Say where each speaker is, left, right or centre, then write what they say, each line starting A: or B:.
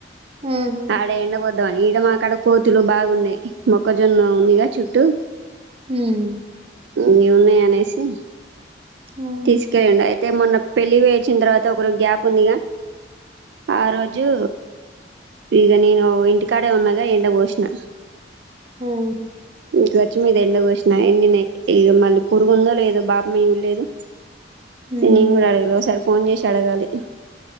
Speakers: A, on the right (about 30°); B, on the right (about 70°).
A: ఆహా
B: ఆడ ఏండ పోద్ అని ఈడ మా కాడా కోతులు బాగున్నాయి మొ క్కజొన్న ఉందిగా చుట్టూ
A: హ్మ్
B: నూనే అనేసి
A: ఆహా
B: తీస్కేలేండు ఐ తే మొన్న పెళ్ళి వేచిన తర్వాత ఒకరు గ్యాప్ ఉందిగా ఆ రోజు ఈగ నేను ఇంటికాడే ఉన్నగా ఎంట భోశణ
A: హ్మ్
B: ఇ వర్చ్చి మీద ఎండ పోసినా ఎండి న ఇక మళ్ళీ పురుగుందో లేదో బాబమ్మ ఇవ లేదు
A: ఉమ్
B: నేన్ కూడా అడగ ఒక సారి ఫోన్ చేసి అడగాలి